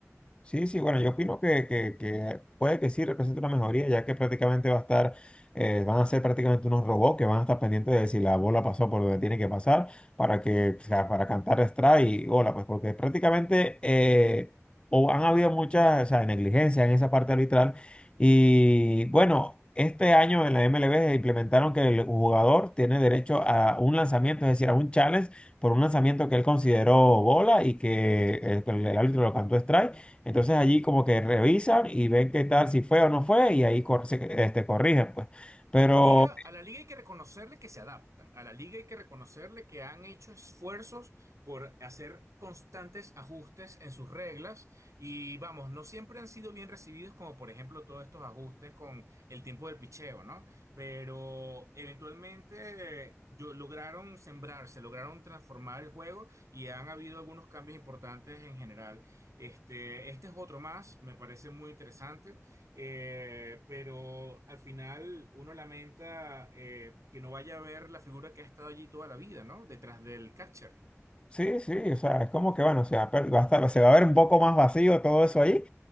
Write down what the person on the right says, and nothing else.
A la liga, a la liga hay que reconocerle que se adaptan, a la liga hay que reconocerle que han hecho esfuerzos por hacer constantes ajustes en sus reglas y vamos, no siempre han sido bien recibidos como por ejemplo todos estos ajustes con el tiempo del picheo, ¿no? Pero eventualmente eh, yo- lograron sembrarse, lograron transformar el juego y han habido algunos cambios importantes en general. Este, este es otro más, me parece muy interesante. Eh, pero al final uno lamenta eh, que no vaya a ver la figura que ha estado allí toda la vida, ¿no? Detrás del catcher.